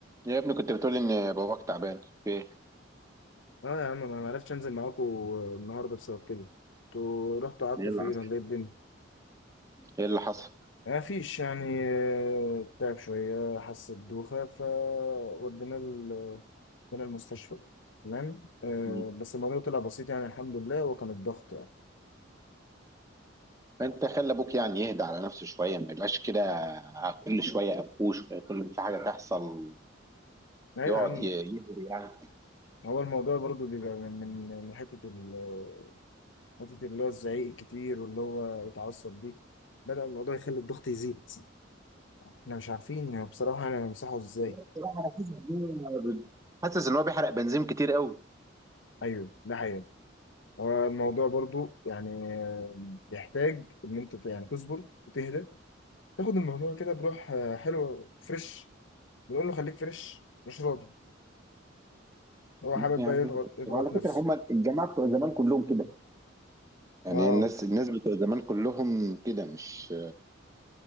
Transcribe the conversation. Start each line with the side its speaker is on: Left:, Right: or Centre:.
Right: يا ابني كنت بتقول ان باباك تعبان في ايه
Left: اه يا عم انا ما عرفتش انزل معاكم النهارده بسبب كده انتوا رحتوا قعدتوا
Right: ايه اللي
Left: فين
Right: حصل
Left: ولا ايه الدنيا
Right: ايه اللي حصل
Left: ما فيش يعني آه، تعب شويه حس بدوخه فودينا ال- ودينا المستشفى تمام آه،
Right: مم.
Left: بس الموضوع طلع بسيط يعني الحمد لله هو كان الضغط يعني
Right: انت خلي ابوك يعني يهدى على نفسه شويه ما يبقاش كده كل شويه قفوش كل في حاجه تحصل
Left: ايوه
Right: يقعد
Left: يا عم
Right: ي- يهري يعني
Left: هو الموضوع برضو بيبقى من من من حته ال- حته اللي هو الزعيق الكتير واللي هو يتعصب دي بدأ الموضوع يخلي الضغط يزيد احنا مش عارفين بصراحه انا نمسحه ازاي
Right: بصراحه انا حاسس إن هو- حاسس ان هو بيحرق بنزين كتير قوي
Left: ايوه ده حقيقي الموضوع برضو يعني بيحتاج ان انت ت- يعني تصبر وتهدى تاخد الموضوع كده بروح آه، حلو فريش بنقول له خليك فريش مش راضي هو
Right: ممكن
Left: حابب
Right: يا
Left: بقى
Right: عم
Left: يضغط
Right: يهدى
Left: يضغط
Right: وعلى
Left: نفسه
Right: فكره هم الجماعه بتوع زمان كلهم كده يعني
Left: اه
Right: الناس الناس بتوع زمان كلهم كده مش